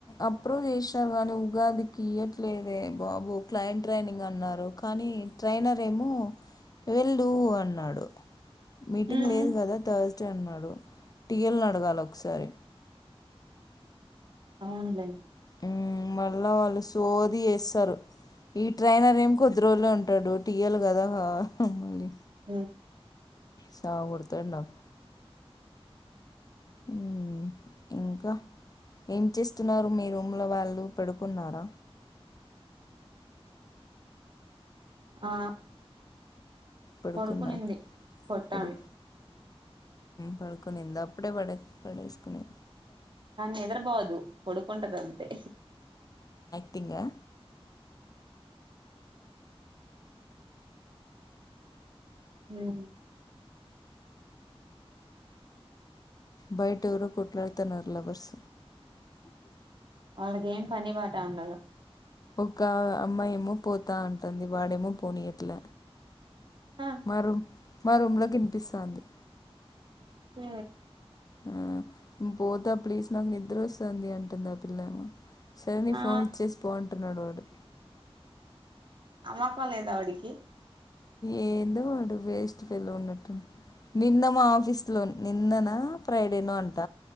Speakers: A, on the left; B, on the right.
A: అప్రూవ్ చేశారు కానీ ఉగాది కి ఇయట్లేదే బాబు క్లయింట్ ట్రైనింగ్ అన్నారు కానీ ట్రైనర్ ఏమో వెళ్ళు అన్నాడు మీటింగ్
B: ఉమ్
A: లేదు కదా తస్ అన్నాడు టీఎల్ ని అడగాలి ఒకసారి
B: అవునులే
A: ఉమ్ మళ్ళా వాళ్ళు సోది చేస్తరు ఈ ట్రైనర్ ఏమో కొద్ది రోజులే ఉంటడు టీ ఎల్ కదా మళ్ళీ
B: ఆ
A: సావకొడతడు నాకు ఉ ఇంకా ఏం చేస్తున్నరు మీ రూమ్లో వాళ్ళు పడుకున్నారా
B: ఆ
A: పడుకున్నా
B: పడుకునింది పొట్టామే
A: పడు పడుకునిందా అప్పుడే పడే పడేసుకునే
B: ఆమె నిదురపోదు పడుకుంటదంతే
A: టింగా
B: హ
A: బయటెవరో కొట్లాడుతన్నారు లవర్స్
B: వాళ్లకేం పని పాటా ఉండదు
A: ఒక అమ్మాయేమో పోతా అంటుంది వాడేమో పోనీయట్ల
B: ఆ
A: మా రూమ్ మా రూమ్ లో కినిపిస్తోంది
B: హ
A: ఆ పోతా ప్లీజ్ నాకు నిద్ర వస్తుంది అంటుంది ఆ పిల్లమో సరే నీ
B: ఆ
A: ఫోన్ ఇచ్చేసి పో అంటున్నడు వాడు
B: నమ్మకం లేదా వాడికి
A: ఏందో వాడు వేస్ట్ ఫెల్లో ఉన్నట్టున్నడు నిన్న మా ఆఫీస్ లో నిన్ననా ఫ్రైడేనో అంట